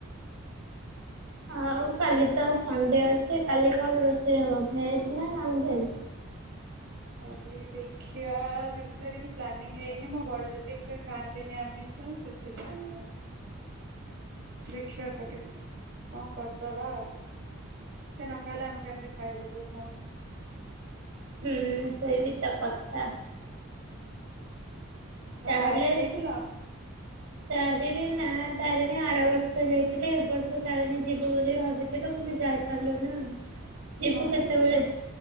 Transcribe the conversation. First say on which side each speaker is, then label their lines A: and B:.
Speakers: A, on the right; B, on the right.
A: ଆଉ କାଲି ତ ସଣ୍ଡେ ଅଛି କାଲି କଣ ରୋଷେଇ ହବ ଭେଜ ନା ନନ୍ ଭେଜ?
B: କାଲି ଦେଖିବା କିଛି ପ୍ଲାନିଂ ହେଇନି ମୋ ବଡ ଦି <unintelligible> ଖାଆନ୍ତିନି ଆମିଷ। ସେଥିପାଇଁ ଦେଖିବା କୋଠି କଣ କରିଦବା ଆଉ। ସେ ନ ଖାଇଲେ ଆମେ କେମିତି ଖାଇବୁ ଯେ ଭଉଣି?
A: ହୁଁ ସେଇ ବି ତ କଥା ହଁ
B: ମୋ
A: ତାହେଲେ
B: ତାରିଣୀ ଯାଇଥିଲ?
A: ତାରିଣୀ ନା ତାରିଣୀ ଆର ବର୍ଷ ଯାଇଥିଲି ଏ ବର୍ଷ ତାରିଣୀ ଯିବୁ ବୋଲି ଭାବିଥିଲୁ କିନ୍ତୁ ଯାଇପାରିଲୁନି। ଯିବୁ
B: କଣ ପାଇଁ?
A: କେତେବେଳେ।